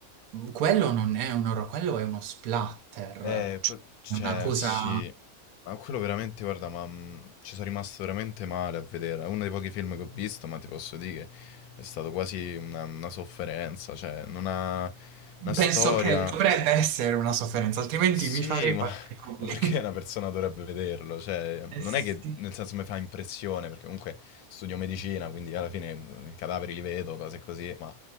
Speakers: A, on the right; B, on the left.
A: Quello non è un horror, quello è uno splatter,
B: Eh,
A: cioè
B: quel- cioè,
A: è una cosa...
B: sì, ma quello veramente, guarda, ma mm, ci sono rimasto veramente male a vedere. È uno dei pochi film che ho visto, ma ti posso dire che è stato quasi una, una sofferenza. Cioè, non ha una storia.
A: Penso che dovrebbe essere una sofferenza, altrimenti
B: Sì,
A: mi farei
B: ma,
A: qualche
B: <laughs>
A: problema.
B: ma perché
A: <laughs>
B: una persona dovrebbe vederlo? Cioè,
A: Eh
B: non
A: sì.
B: è che nel senso mi fa impressione, perché comunque studio medicina, quindi alla fine mm, i cadaveri li vedo, cose così, ma